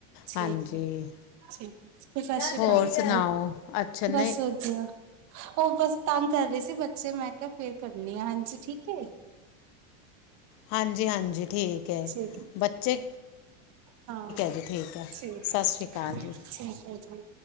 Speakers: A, on the right; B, on the left.
A: ਠੀਕ
B: ਹਾਂਜੀ,
A: ਹੈ ਠੀਕ ਹੈ ਸਤਿ ਸ਼੍ਰੀ
B: ਹੋਰ
A: ਅਕਾਲ
B: ਸੁਨਾਓ?
A: ਜੀ।
B: ਅੱਛਾ ਨਈ,
A: ਬਸ ਵਧੀਆ। ਉਹ ਬਸ ਤੰਗ ਕਰ ਰਹੇ ਸੀ ਬੱਚੇ ਮੈਂ ਕਿਹਾ ਫੇਰ ਕਰਨੀ ਆ ਹਾਂਜੀ ਠੀਕ ਹੈ।
B: ਹਾਂਜੀ ਹਾਂਜੀ ਠੀਕ ਏ।
A: ਠੀਕ
B: ਬੱਚੇ
A: ਹਾਂ,
B: ਜੀ ਠੀਕ ਹੈ
A: ਠੀਕ ਏ
B: ਸਤਿ ਸ਼੍ਰੀ ਅਕਾਲ ਜੀ
A: ਠੀਕ ਏ ਜੀ।